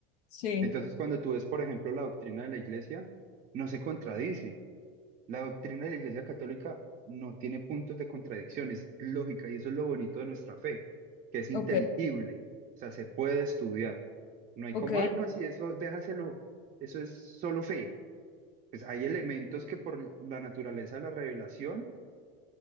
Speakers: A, on the left; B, on the right.
A: Sí,
B: Entonces, cuando tú ves, por ejemplo, la doctrina de la iglesia, no se contradice. La doctrina de la Iglesia Católica no tiene puntos de contradicción, es lógica y eso es lo bonito de nuestra fe, que es inteligible,
A: ok,
B: o sea, se puede estudiar. No hay
A: ok,
B: como, ay, no, si eso déjaselo, eso es solo fe. Pues hay elementos que por la naturaleza de la revelación